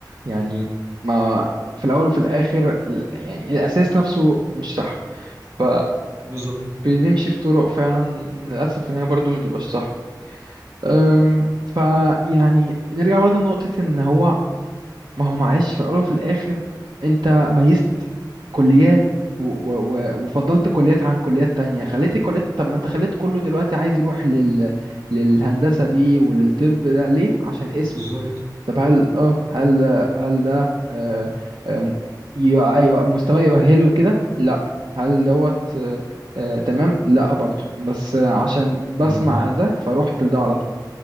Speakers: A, on the right (about 70°); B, on the right (about 45°).
A: يعني ما في الاول وفي الاخر ال- يعني الاساس نفسه مش صح ف
B: بالظبط
A: بنمشي في طرق فعلا للاسف ان هي برضو ما تبقاش صح أم، فيعني نرجع برضو لنقطة ان هو ما هو معلش في الاول وفي الاخر انت ميزت كليات و و و وفضلت كليات عن كليات تانية خليت الكليات طب ما انت خليت كله دلوقتي عايز يروح لل للهندسة دي وللطب ده ليه؟ عشان اسم
B: بالظبط
A: طب هل اه هل هل ده آه آه م- ي- ايوه مستواه يؤهله لكده لا هل دوت آه آه تمام لا برضه بس آه عشان بسمع
B: مم.
A: ده فروحت لده على طول